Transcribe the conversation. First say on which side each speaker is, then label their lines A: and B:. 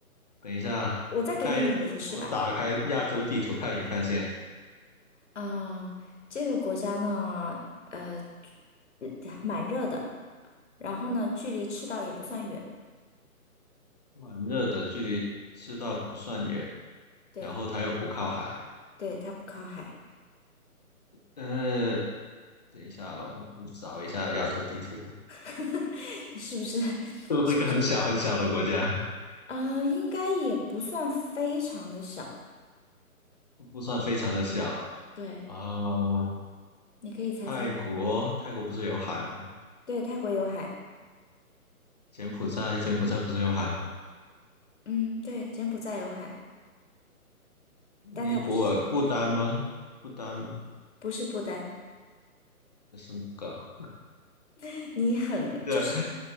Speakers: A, on the left (about 30°); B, on the left (about 50°).
A: 等一下，
B: 我再给你一点提示吧。
A: 我看一我打开亚洲地图看一看先。
B: 啊、这个国家呢，呃，嗯蛮热的。然后呢，距离赤道也不算远，
A: 蛮热的，距离赤道不算远，
B: 对
A: 然后它又不靠海。
B: 对，它不靠海，
A: 呃，等一下，我找一下亚洲地图。
B: <laughs> 你是不是？
A: <laughs>
B: <laughs>
A: 就是一个很小很小的国家，
B: 是不是？呃，应该也不算非常的小，
A: 不算非常的小
B: 对，
A: 啊。呃
B: 你可以猜猜看。
A: 泰国，泰国不是有海吗？
B: 对，泰国有海，
A: 柬埔寨，柬埔寨不是有海吗？
B: 嗯，对，柬埔寨有海，
A: 尼泊尔、
B: 但它不是柬埔寨，
A: 不丹吗？不丹
B: 不是不丹，
A: 是哪个啊？
B: <laughs> 你很就是
A: 这个